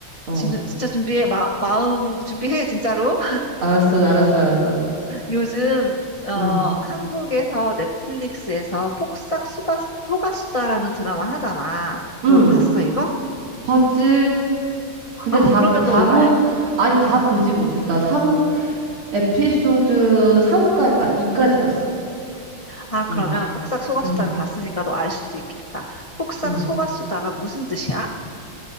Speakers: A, on the right; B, on the left.
A: 어,
B: 진짜, 진짜 준비해. 마, 마음 준비해, 진짜로.
A: 알았어, 알았어, 알았어.
B: <laughs> 요즘, 어,
A: 응,
B: 한국에서 넷플릭스에서 폭삭 소가, 소가수다라는 드라마 하잖아.
A: 응,
B: 너 봤어, 이거?
A: 봤지. 근데
B: 아,
A: 다,
B: 그러면
A: 다
B: 너 이거
A: 보,
B: 알,
A: 아니, 다 보지
B: 어.
A: 못해서. 나 삼 에피소드 삼까지 아, 2까지 봤어.
B: 아, 그러면
A: 응,
B: 폭삭 소가수다를
A: 응,
B: 봤으니까 너 알 수도 있겠다. 폭삭
A: 응.
B: 소가수다가 무슨 뜻이야?